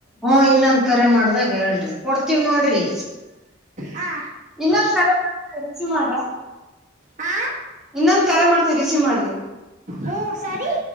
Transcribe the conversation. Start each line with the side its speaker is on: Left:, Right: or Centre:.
Centre: ಹ ಇನ್ನ ಕರೆ ಮಾಡ್ದಾಗ ಹೇಳ್ರಿ ಕೊಡ್ತೀವ್ ನೋಡ್ ರೀ
Right: ಹಾ
Centre: ಇನ್ನೊಂದ್ ಕರೆ ಮಾಡ್ತನಿ ರಿಸೀವ್ ಮಾಡ್ರ
Right: ಹಾ
Centre: ಇನ್ನೊಂದ್ ಕರೆ ಮಾಡ್ತೀವ್ ರಿಸಿವ್ ಮಾಡ್ರಿ
Right: ಹ್ಮ್ ಸರಿ